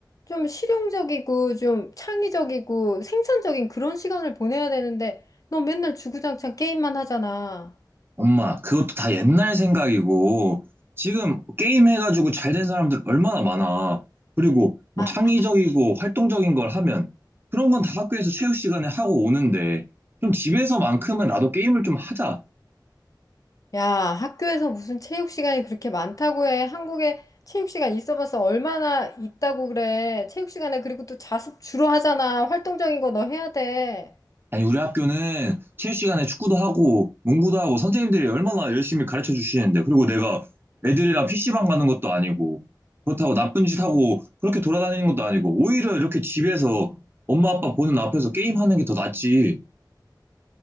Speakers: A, on the left (about 50°); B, on the right (about 30°).
A: 좀 실용적이고 좀 창의적이고 생산적인 그런 시간을 보내야 되는데 너 맨날 주구장창 게임만 하잖아.
B: 엄마 그것도 다 옛날 생각이고 지금 게임 해가지고 잘 된 사람들 얼마나 많아. 그리고 뭐
A: 아,
B: 창의적이고 활동적인 걸 하면 그런 건 다 학교에서 체육 시간에 하고 오는데 좀 집에서만큼은 나도 게임을 좀 하자.
A: 야, 학교에서 무슨 체육 시간이 그렇게 많다고 해. 한국에 체육 시간 있어봤자 얼마나 있다고 그래. 체육 시간에 그리고 또 자습 주로 하잖아. 활동적인 거 너 해야 돼.
B: 아니, 우리 학교는 체육 시간에 축구도 하고 농구도 하고 선생님들이 얼마나 열심히 가르쳐 주시는데 그리고 내가 애들이랑 PC방 가는 것도 아니고 그렇다고 나쁜 짓 하고 그렇게 돌아다니는 것도 아니고 오히려 이렇게 집에서 엄마 아빠 보는 앞에서 게임하는 게 더 낫지.